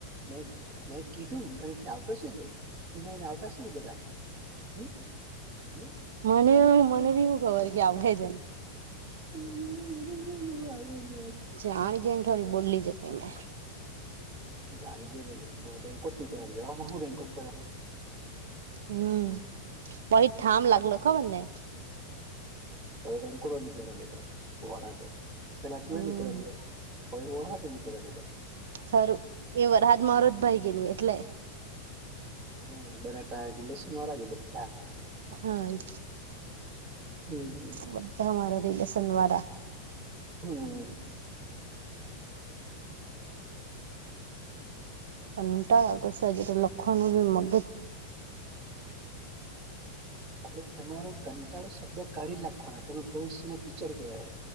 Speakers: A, on the right (about 35°); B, on the right (about 60°).
A: મેં મેં કીધું તોહીથી આવતોશે જો કને એને આવતાશે બધા હમ હમ
B: મને મને બી હું ખબર કે આજને
A: એું આવગ
B: ાણી જોઈને થોડી બોલી જતો મેં
A: ગાડી જો બેંક ન હું બેંક પ
B: હમ બહ થઠામ લાગલો ખબર ને
A: વઈ ર એનકડની પેરો લ તો વરાે ખેલા ટ
B: હમ
A: નનીલા હોય હા નનીલા ર
B: ખરું એ વર હાજ મારોજ
A: હમ
B: ભાઈ ગઈ ન એટલે
A: હમ બરાટાટલે સુમરજે બરાટા
B: હા એ
A: હમ
B: બધામારા રી રે સનવારા
A: હમ
B: <inaudible> કંટારો આવતો છે આજે તો લખવાનું ભી મગજ
A: હવે તમારો કંટાળો શબ્દ કાડી નાખવાના તમારું ભવિષ્ય ટીચર કેવાય